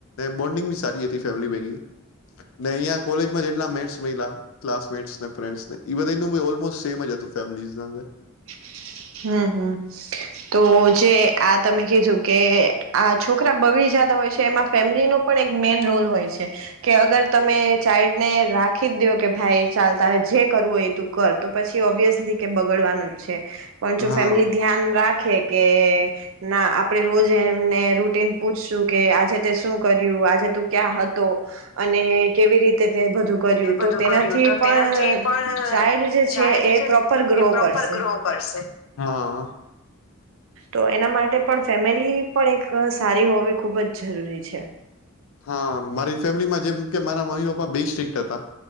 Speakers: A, on the left (about 70°); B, on the right (about 65°).
A: બોન્ડિંગ બી સારી હતી ફેમિલી પૈકીને અંયા કોલેજમાં જેટલા મેટ મહિલા ક્લાસમેટસને ફન્ડને એ બધા ઓલમોસ્ટ સેમ જ હતું ફે
B: હમ હમ તો જે આ તમે કીધું કે આ છોકરા બગડી જતા હોય છે. એમાં ફેમલી ન પણ મેન રોલ હોય છે. કે અગર તમે ચાઇલ્ડ ને રાખી જ દ્યો કે ભાઈ ચાલ તારે જે કરવું હોય એ તું કર તો પછી ઓબ્વિયસલી કે બગડવાનું જ છે. પણ જો
A: હા.
B: ફેમિલી ધ્યાન રાખે કે ના આપણે રોજ એમને રૂટીન પૂછશું કે આજે તે શું કર્યું આજે તું ક્યાં હતો અને કેવી રીતે તે બધું કર્યું
A: એ બધું
B: તો તેનાથી
A: કર્યું તો
B: પણ
A: તેનાથી પણ
B: ચાઇલ્ડ જે
A: ચાઇલ્ડ
B: છે એ
A: જે
B: પ્રોપર ગ્રો
A: એ પ્રોપર
B: કરશે.
A: ગ્રો કરશે. હા.
B: તો એના માટે પણ ફેમિલી પણ એક સારી હોવી ખૂબ જ જરૂરી છે.
A: હા મારી ફેમિલીમાં જેમ કે મારા મમ્મી પપ્પા બે સ્ટ્રિક્ટ હતા